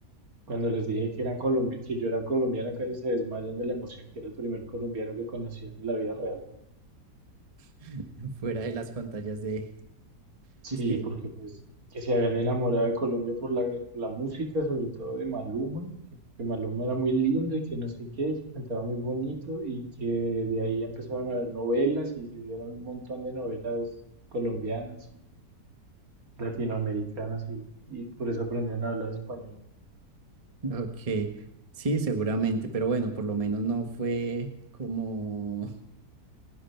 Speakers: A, on the right; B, on the right.
A: Cuando les dije que eran colombi- que yo era colombiano, casi se desmayan de la emoción que era el primer colombiano que conocían en la vida real.
B: <laughs> fuera de las pantallas de...
A: Sí,
B: Es que,
A: porque pues que se habían enamorado de Colombia por la, por la música, sobre todo de Maluma, que porque Maluma era muy lindo y que no sé qué, que cantaba muy bonito y que de ahí empezaron a ver novelas y se vieron un montón de novelas colombianas, latinoamericanas y, y por eso aprendieron a hablar español.
B: ok, sí, seguramente, pero bueno, por lo menos no fue como